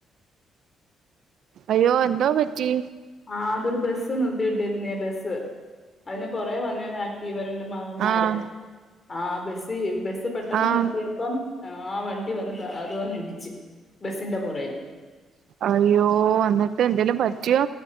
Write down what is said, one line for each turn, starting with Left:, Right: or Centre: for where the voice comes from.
Right: അയ്യോ എന്തോ പറ്റി?
Left: ആ അതൊരു ബസ് നിർത്തിട്ടെരുന്ന ബസ്സ് അതിനെ പുറേ വന്ന ഇവരന്റെ മാമമാര്
Right: ആഹ്
Left: ആ ബസി ബസ്സ് പെട്ടെന്ന്
Right: ആഹ്
Left: നിർത്തിയ അപ്പം ആ വണ്ടി വന്ന് അത് വന്ന് ഇടിച്ച് ബസിന്റെ പുറകിൽ
Right: അയ്യോ എന്നിട്ട് എന്തെേലും പറ്റിയോ